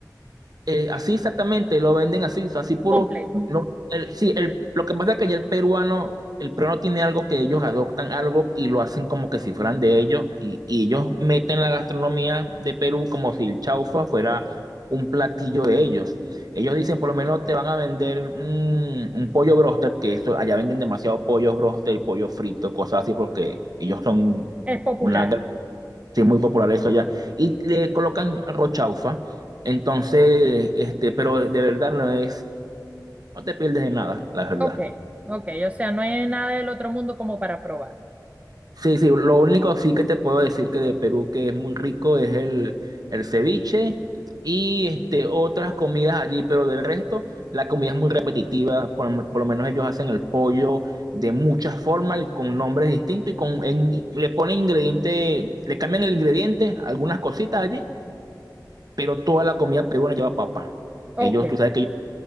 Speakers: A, on the right; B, on the right.
A: eh, así exactamente, lo venden así, o sea, así puro.
B: completo?
A: No, el- sí, el, lo que pasa es que ya el peruano, el peruano tiene algo que ellos adoptan algo y lo hacen como que si fueran de ellos, y, y ellos meten la gastronomía de Perú como si el chaufa fuera un platillo de ellos. Ellos dicen, por lo menos te van a vender un, un pollo broster, que eso, allá venden demasiado pollo broster, pollo frito, cosas así, porque ellos son
B: Es popular.
A: una Sí, es muy popular eso allá. Y le colocan rochaufa. Entonces, este, pero de verdad no es, no te pierdes de nada, la verdad.
B: Ok, ok. O sea, no es nada del otro mundo como para probar.
A: Sí, sí, lo único sí que te puedo decir que de Perú que es muy rico es el, el ceviche y este, otras comidas allí, pero del resto la comida es muy repetitiva, por, por lo menos ellos hacen el pollo de muchas formas y con nombres distintos y con, en- le ponen ingredientes, le cambian el ingrediente, algunas cositas allí pero toda la comida peruana lleva papa.
B: Ok,
A: Ellos, tú sabes que ellos